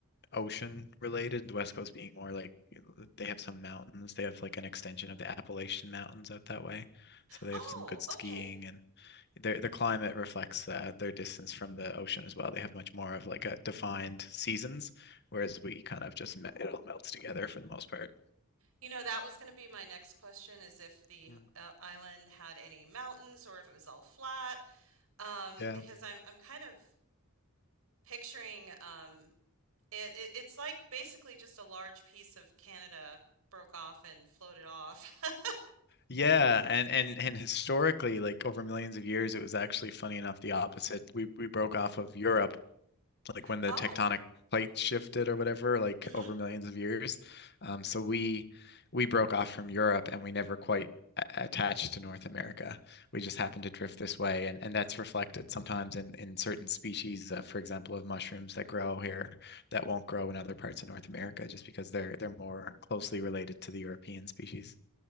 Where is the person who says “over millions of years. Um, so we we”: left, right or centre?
Left